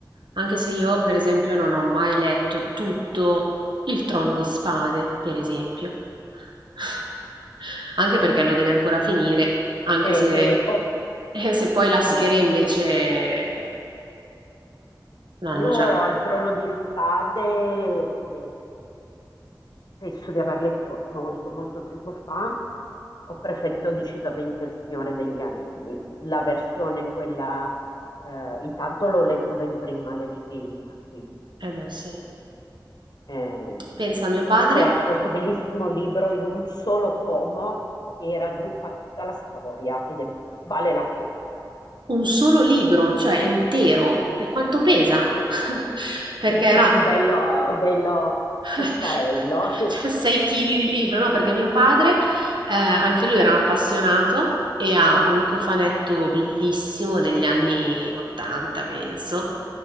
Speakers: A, on the right (about 75°); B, on the left (about 60°).
A: Anche se io, per esempio, non ho mai letto tutto Il Trono di Spade, per esempio. <laughs> Anche perché lo deve ancora finire, anche
B: E,
A: se,
B: e- oh,
A: eh, se poi la serie
B: mm,
A: invece l'hanno
B: io
A: già.
B: al Trono di Spade, che Penso di aver letto molto, molto tempo fa. Ho preferito decisamente Il Signore degli Anelli, la versione quella, eh, intanto l'ho letto ben prima del film, quindi
A: Eh beh, sì.
B: eh,
A: Pensa a mio padre,
B: c'era questo bellissimo libro in un solo tomo che raggruppa tutta la storia ed è- vale la pena.
A: un solo libro, cioè intero, e quanto pesa?
B: Sì,
A: <laughs> Perché
B: <laughs> è
A: no,
B: bello, bello
A: <laughs>
B: tostarello. <laughs>
A: Cioè, 6 kg di libro, no? Perché mio padre, eh, anche lui era un appassionato e ha un cofanetto bellissimo degli anni 80, penso,